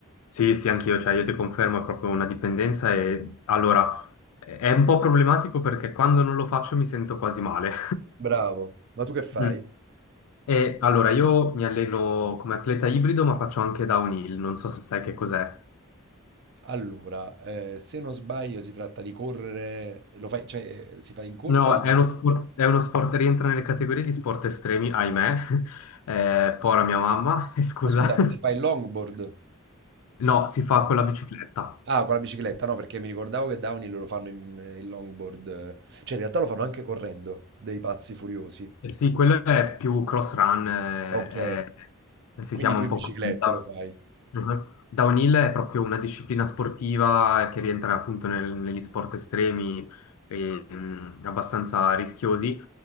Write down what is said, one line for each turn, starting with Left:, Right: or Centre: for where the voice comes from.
Left: Sì, sì, anch'io, cioè io ti confermo, è proprio una dipendenza e allora è un po' problematico perché quando non lo faccio mi sento quasi male.
Right: Bravo, ma tu che fai?
Left: <laughs> E allora, io mi alleno come atleta ibrido, ma faccio anche downhill, non so se sai che cos'è.
Right: Allora, eh, se non sbaglio si tratta di correre, lo fai, cioè si fa in corsa
Left: No,
Right: o...
Left: è uno sport, è uno sport- rientra nelle categorie di sport estremi, ahimè. <laughs> Eh, pora mia mamma, <laughs> scusa.
Right: Ma scusa, si fa il longboard?
Left: No, si fa
Right: No.
Left: con la bicicletta.
Right: Ah, con la bicicletta, no, perché mi ricordavo che downhill lo fanno in, eh, in longboard, eh, cioè in realtà lo fanno anche correndo, dei pazzi furiosi.
Left: Eh, Sì, quello è più cross run, eh,
Right: Ok.
Left: eh, si
Right: Quindi
Left: chiama
Right: tu
Left: un
Right: in
Left: po'
Right: bicicletta
Left: così. no?
Right: lo fai?
Left: Mhm. Downhill è proprio una disciplina sportiva che rientra appunto nel- negli sport estremi e, mm, abbastanza rischiosi.